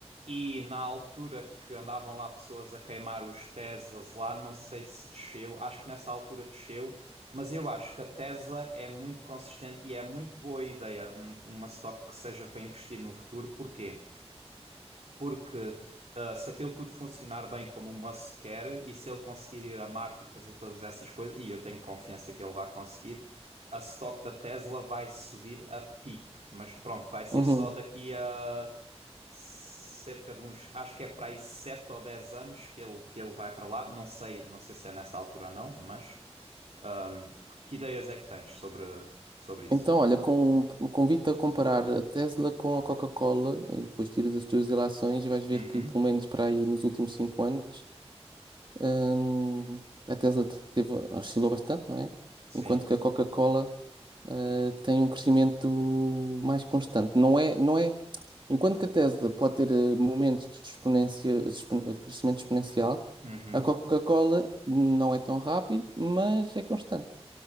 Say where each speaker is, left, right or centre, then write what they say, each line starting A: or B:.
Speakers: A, on the right; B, on the right.
A: E na altura que andavam lá pessoas a queimar os Teslas lá, não sei se desceu, acho que nessa altura desceu, mas eu acho que a Tesla é muito consistente e é muito boa ideia um- uma stock que seja para investir no futuro. Porquê? Porque ah, se aquilo tudo funcionar bem como o Musk quer e se ele conseguir ir a Marte e fazer todas essas coisas, e eu tenho confiança que ele vai conseguir, a stock da Tesla vai subir a pique. Mas pronto, vai ser
B: Uhum.
A: só daqui a cerca de uns, acho que é para aí 7 ou 10 anos que ele, que ele vai para lá. Não sei, não sei se é nessa altura ou não, mas ahm, que ideias é que tens sobre, sobre isso?
B: Então, olha, com, convido-te a comparar a Tesla com a Coca-Cola e depois tiras as tuas relações, e vais ver
A: Uhum,
B: que, pelo menos para aí nos últimos cinco anos, Hum, a Tesla teve, oscilou bastante, não é?
A: sim.
B: Enquanto que a Coca-Cola, eh, tem um crescimento mais constante. Não é, não é, enquanto que a Tesla pode ter eh, momentos de exponência, expon- crescimento exponencial,
A: Uhum.
B: a Coca-Cola não é tão rápido, mas é constante.